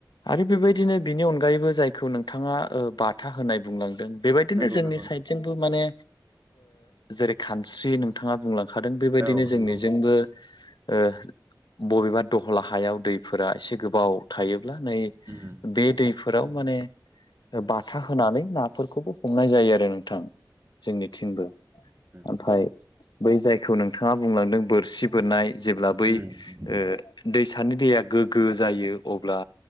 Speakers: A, on the left (about 80°); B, on the right (about 35°).
A: आरो बेबायदिनो बिनि अनगायैबो जायखौ नोंथाङा बाथा होनाय बुंलांदों बेबाय दिनो
B: नंगौ
A: जोंनि
B: नंगौ नोंथां
A: साइदजोंबो माने जेरै खानस्रि नोंथाङा बुंलां खादों बेबायदिनो
B: औ नंगौ
A: जोंनिजोंबो ओ बबेबा दहला हायाव दैफोरा एसे गोबाव थायोब्ला नै
B: उम
A: बे दैफोराव माने बाथा होनानै नाफोरखौबो हमनाय जायो आरो नोंथां जोंनिथिंबो
B: उम
A: आमफाय बै जायखौ नोंथाङा बुंलांदों बोरसि बोननाय जेब्ला बै
B: उम उम
A: ओ दैसानि दैया गोग्गो जायो अब्ला